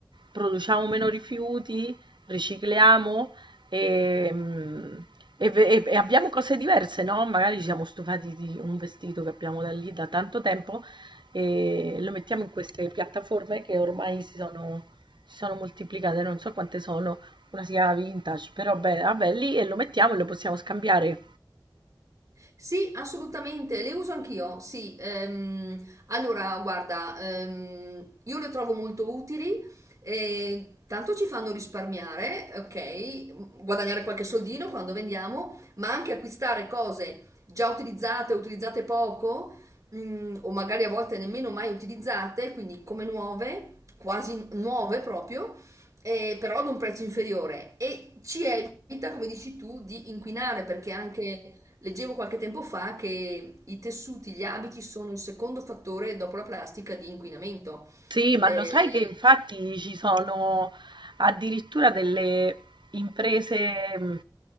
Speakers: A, on the right; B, on the right.
A: produciamo meno rifiuti, ricicliamo e, mm, e ve- e- e abbiamo cose diverse, no? Magari ci siamo stufati di un vestito che abbiamo da lì da tanto tempo e lo mettiamo in queste piattaforme che ormai si sono, si sono moltiplicate, non so quante sono, una sia vintage, però beh, vabbè, lì e lo mettiamo e lo possiamo scambiare
B: Sì, assolutamente, le uso anch'io, sì. Ehm, allora, guarda, ehm, io le trovo molto utili, eh, tanto ci fanno risparmiare, ok, guadagnare qualche soldino quando vendiamo, ma anche acquistare cose già utilizzate, utilizzate poco, mm, o magari a volte nemmeno mai utilizzate, quindi come nuove, quasi nuove proprio, eh, però ad un prezzo inferiore. E ci evita, come dici tu, di inquinare, perché anche Leggevo qualche tempo fa che i tessuti, gli abiti sono il secondo fattore dopo la plastica di inquinamento.
A: Sì, ma
B: Eh,
A: lo sai che infatti ci sono addirittura delle imprese mh,